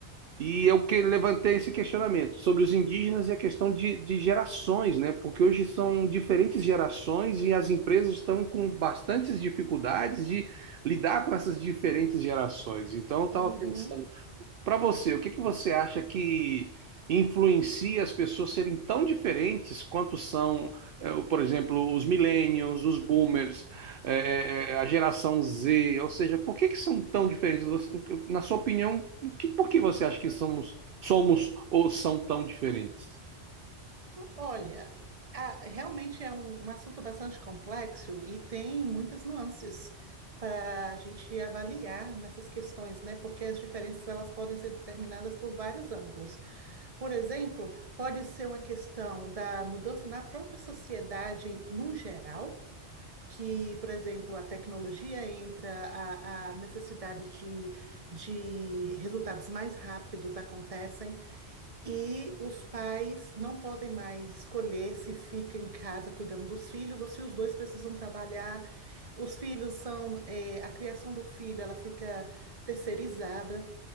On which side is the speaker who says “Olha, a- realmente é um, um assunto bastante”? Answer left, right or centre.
Right